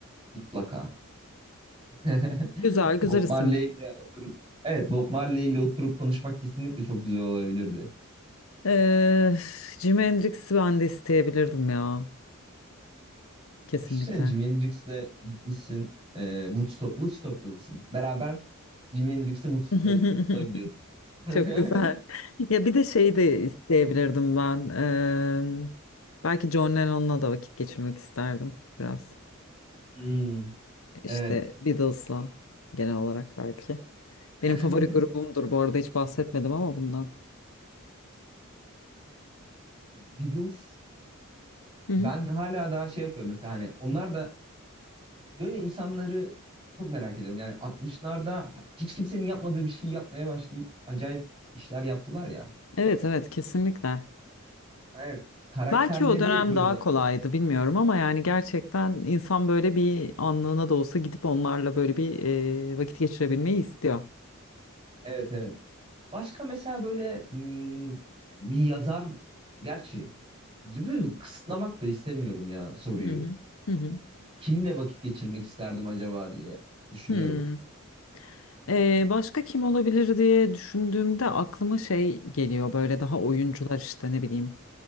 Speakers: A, on the right; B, on the left.
A: Mutlaka. <laughs>
B: Güzel
A: Bob
B: güzel isim.
A: Marley'le oturup evet Bob Marley'le oturup konuşmak kesinlikle çok güzel olabilirdi.
B: Ee, Jimi Hendrix'i ben de isteyebilirdim ya. Kesinlikle.
A: Düşünsene Jimi Hendrix'le gitmişsin e, Woodstock, Woodstock'tasın. Beraber Jimi Hendrix'le Woodstock'a
B: <laughs>
A: Woodstock'a gidiyorsun. <laughs>
B: Çok güzel. <laughs> Ya bir de şey de isteyebilirdim ben. Eee, belki John Lennon'la da vakit geçirmek isterdim biraz.
A: Hmm,
B: İşte
A: evet.
B: Beatles'la genel olarak belki. Benim
A: <laughs>
B: favori grubumdur bu arada hiç bahsetmedim ama bundan.
A: Beatles
B: Hı hı.
A: ben hala daha şey yapıyorum mesela hani onlar da böyle insanları çok merak ediyorum. Yani 60'larda hiç kimsenin yapmadığı bir şey yapmaya başlayıp acayip işler yaptılar ya.
B: Evet evet kesinlikle.
A: Evet. Karakterleri
B: Belki o dönem
A: böyle
B: daha kolaydı
A: şey yapıyor.
B: bilmiyorum ama yani gerçekten insan böyle bir anlığına da olsa gidip onlarla böyle bir eee, vakit geçirebilmeyi istiyor.
A: Evet evet. Başka mesela böyle hmm, bir yazar gerçi böyle kısıtlamak da istemiyorum ya soruyu.
B: Hı hı. Hı hı.
A: Kimle vakit geçirmek isterdim acaba diye düşünüyorum.
B: Hmm. Ee, başka kim olabilir diye düşündüğümde aklıma şey geliyor böyle daha oyuncular işte ne bileyim.